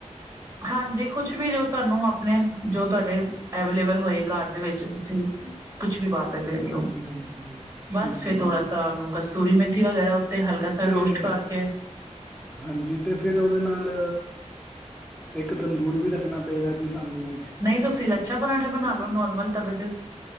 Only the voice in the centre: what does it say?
ਹਾਂਜੀ
ਹਾਂਜੀ
ਠੀਕ
ਹੈ
ਜੀ
ਤੇ,
ਹਾਂਜੀ ਤੇ ਫਿਰ ਉਹਦੇ ਨਾਲ ਇੱਕ ਤੰਦੂਰ ਵੀ ਰੱਖਣਾ ਪਏਗਾ ਜੀ ਸਾਨੂੰ